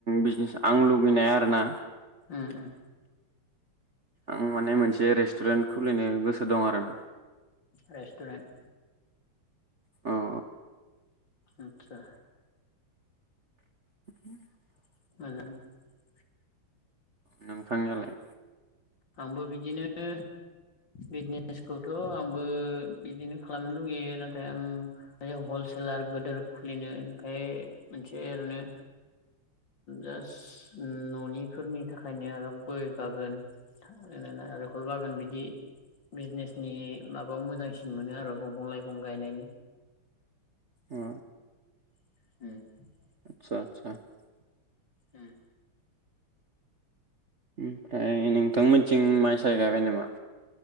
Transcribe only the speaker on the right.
बिजिनेस आं लुगैनाय आरोना।
आं माने मोनसे रेस्टुरेन्ट खुलिनो गोसो दं आरोना।
अ।
<unintelligible>
नोंथांनियालाय।
अ
<unintelligible>
ओमफ्राय नोंथांमोनथिं माइ साय गायबाय नामा।